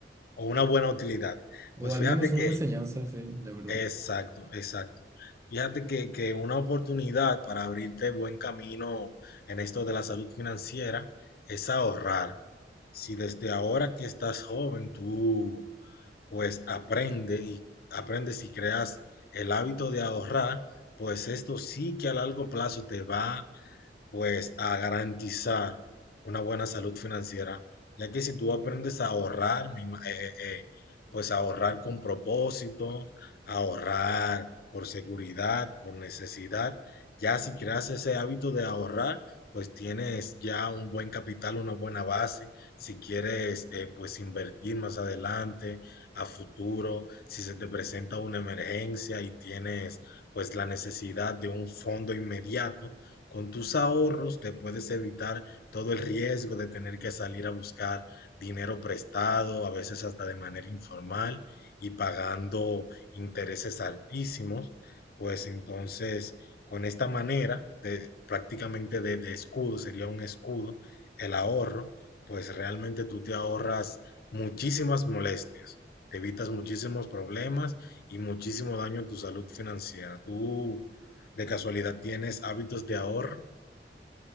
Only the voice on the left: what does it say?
o una buena utilidad.
Pues
fíjate
que,
exacto, exacto. Fíjate que, que una oportunidad para abrirte buen camino en esto de la salud financiera es ahorrar. Si desde ahora que estás joven, tú pues aprende y aprendes y creas el hábito de ahorrar, pues esto sí que a largo plazo te va pues a garantizar una buena salud financiera, ya que si tú aprendes a ahorrar, me ima- eh, eh, eh, pues ahorrar con propósito, ahorrar por seguridad, por necesidad, ya si creas ese hábito de ahorrar, pues tienes ya un buen capital, una buena base, si quieres eh, pues invertir más adelante, a futuro, si se te presenta una emergencia y tienes pues la necesidad de un fondo inmediato, con tus ahorros te puedes evitar todo el riesgo de tener que salir a buscar dinero prestado, a veces hasta de manera informal y pagando intereses altísimos. Pues entonces, con esta manera de prácticamente de, de escudo, sería un escudo, el ahorro, pues realmente tú te ahorras muchísimas molestias, te evitas muchísimos problemas y muchísimo daño en tu salud financiera. ¿Tú de casualidad, ¿tienes hábitos de ahorro?